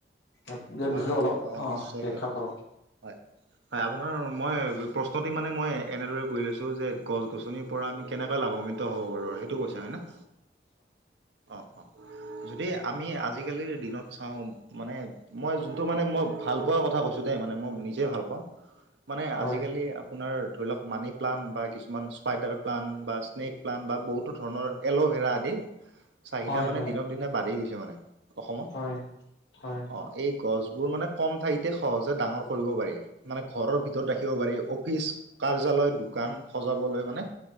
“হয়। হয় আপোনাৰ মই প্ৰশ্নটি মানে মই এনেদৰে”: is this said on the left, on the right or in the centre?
Right